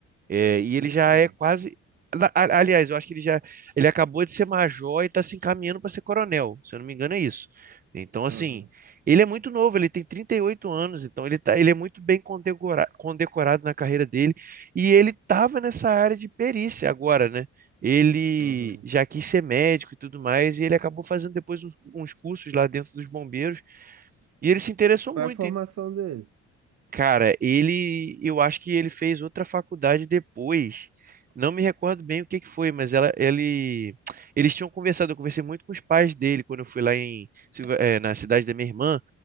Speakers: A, on the right; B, on the right.
A: É, e
B: Pica,
A: ele já
B: mano.
A: é quase. na- a- Aliás, eu acho que ele já. Ele acabou de ser major e está se encaminhando para ser coronel. Se eu não me engano, é isso. Então, assim,
B: Aham,
A: ele é muito novo, ele tem 38 anos, então ele tá, ele é muito bem condecora- condecorado na carreira dele. E ele estava nessa área de perícia agora, né? Ele
B: aham.
A: já quis ser médico e tudo mais, e ele acabou fazendo depois uns, uns cursos lá dentro dos bombeiros. E ele se interessou
B: Qual
A: muito.
B: é a formação dele?
A: Cara, ele, eu acho que ele fez outra faculdade depois. Não me recordo bem o que que foi, mas ela, ele, <tsk> eles tinham conversado. Eu conversei muito com os pais dele quando eu fui lá em, Silva- eh, na cidade da minha irmã,